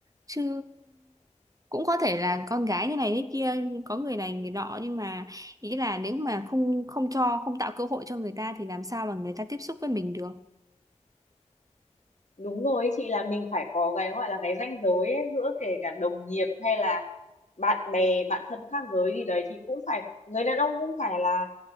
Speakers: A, on the right; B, on the left.
A: Chứ cũng có thể là con gái như này thế kia có người này người nọ nhưng mà ý là nếu mà không không cho không tạo cơ hội cho người ta thì làm sao mà người ta tiếp xúc với mình được.
B: đúng rồi chị là mình phải có cái gọi là cái ranh giới ấy, giữa kể cả đồng nghiệp hay là bạn bè bạn thân khác giới gì đấy thì cũng phải người đàn ông cũng phải là